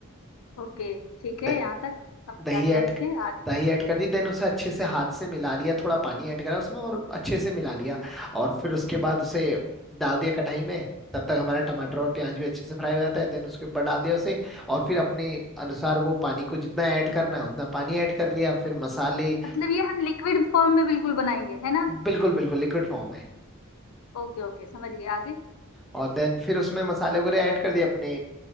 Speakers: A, on the left; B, in the centre.
A: ओके ठीक
B: द,
A: है यहाँ तक समझ
B: दही
A: आ गया
B: ऐड
A: मुझे आ,
B: दही ऐड कर दी देन उसे अच्छे से हाथ से मिला लिया थोड़ा पानी ऐड करा उसमें और अच्छे से मिला लिया और फिर उसके बाद उसे डाल दिया कढ़ाई में तब तक हमारा टमाटर और प्याज भी अच्छे से फ्राई हो जाता है देन उसके ऊपर डाल दिया उसे और फिर अपने अनुसार वो पानी को जितना ऐड करना है उतना पानी ऐड कर लिया फिर मसाले
A: मतलब ये हम लिक्विड फॉर्म में बिल्कुल बनाएंगे है ना
B: बिल्कुल बिल्कुल लिक्विड फॉर्म में
A: ओके ओके समझ गए आगे
B: और देन फिर उसमें मसाले वगैरह ऐड कर दिए अपने